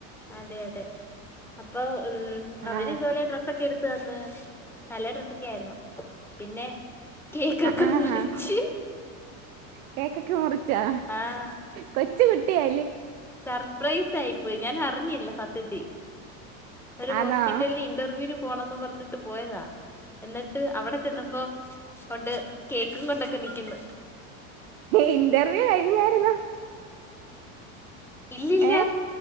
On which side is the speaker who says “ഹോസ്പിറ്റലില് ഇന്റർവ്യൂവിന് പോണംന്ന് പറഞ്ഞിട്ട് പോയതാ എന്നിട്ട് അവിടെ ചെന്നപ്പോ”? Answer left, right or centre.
Centre